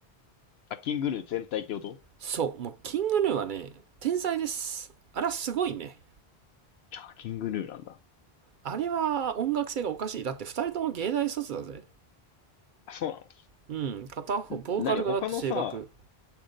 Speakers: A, on the left (about 80°); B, on the right (about 60°).
A: あ、キングヌー全体ってこと
B: そう、もうキングヌーはね、天才です。あれはすごいね。
A: あ、キングヌーなんだ。
B: あれは音楽性がおかしい。だって二人とも芸大卒だぜ。
A: あ、そうな
B: うん、片方、
A: のん何他のさ、
B: ボーカルがだって声楽。